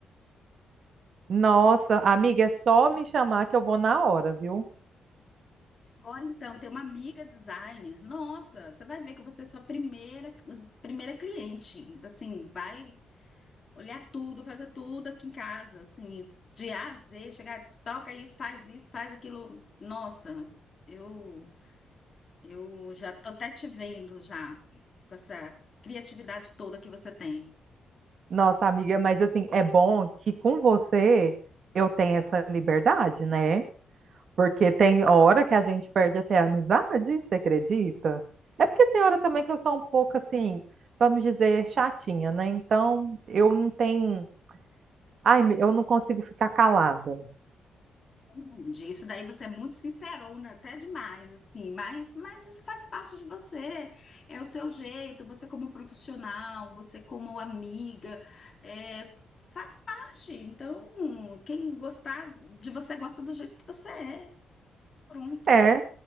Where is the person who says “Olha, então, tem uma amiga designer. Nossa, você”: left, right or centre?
Left